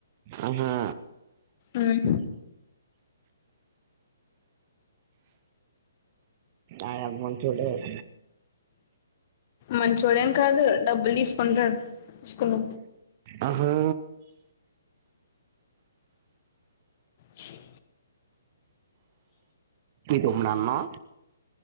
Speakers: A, on the right; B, on the left.
A: ఆహా
B: ఉమ్
A: అయ మంచోడే ఓ <inaudible>
B: మంచోడేం కాదు డబ్బులు తీసుకుంటాడు తీసుకొని
A: ఆహో
B: చి
A: ఇప్పుడు అన్నావ్